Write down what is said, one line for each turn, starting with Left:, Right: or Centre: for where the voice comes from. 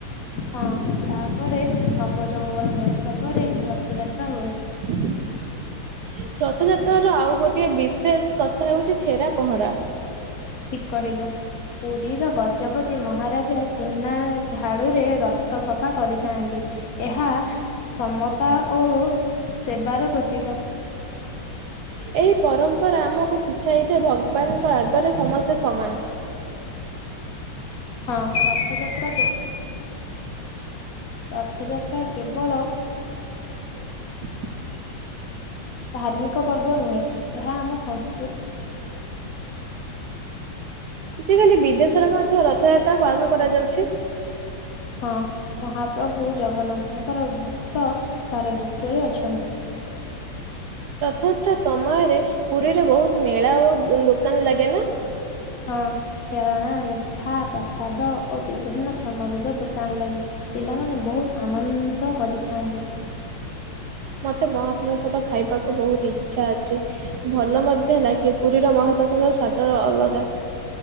Left: ହଁ ତାପରେ ନବ ଜଗଗଣ ବେଶ। ପରେ ରଥଯାତ୍ରା ହୁଏ।
Right: ରଥଯାତ୍ର ର ଆଉ ଗୋଟେ ବିଶେଷ କଥା ହଉଚି ଛେରା ପହଁରା।
Left: ଠିକ କହିଲୁ, ପୁରୀର ଗଜପତି ମହାରାଜା ସୁନା ଝାଡୁରେ ର ସଫା କରିଥାନ୍ତି, ଏହା ସମତା ଓ ସେବାର ପ୍ରତୀକ।
Right: ଏହି ପରମ୍ପରା ଆମକୁ ଶିଖାଇଛି, ଭଗବାନଙ୍କ ଆଗରେ ସମସ୍ତେ ସମାନ।
Left: ହଁ ରଥଯାତ୍ରା ରଥଯାତ୍ରା କେବଳ
Right: <inaudible>
Left: ଧାର୍ମିକ ପର୍ବ ନୁହେଁ, ଏହା ଆମ ସଂସ୍
Right: ଆଜିକାଲି ବିଦେଶରେ ମଧ୍ୟ ରଥଯା ତା ପାଳନ କରାଯାଉଛି।
Left: ହଁ ମହାପ୍ରଭୁ ଜଗନ୍ନାଥଙ୍କର ଭକ୍ତ ସାରା ବିଶ୍ଵରେ ଅଛନ୍ତି। <inaudible>
Right: ରଥଯାତ୍ରା ସମୟରେ ପୁରୀରେ ବୋହୁତ ମେଳା ଓ ଦୋକାନ ଲାଗେ ନା?
Left: ହଁ ଖେଳଣା, ମିଠା, ପ୍ରସାଦ ଓ ବିଭିନ୍ନ ସାମଗ୍ରୀ ର ଦୋକାନ ଲାଗେ। ପିଲାମାନେ ବୋହୁତ ଆନନ୍ଦ କରିଥାନ୍ତି।
Right: ମତେ ମହାପ୍ରସାଦ ଖାଇବାକୁ ବହୁତ ଇଚ୍ଛା ଅଛି। ଭଲ ମଧ୍ୟ ଲାଗେ। ପୁରୀର ମହାପ୍ର ସ୍ଵାଦର ଅଲଗା।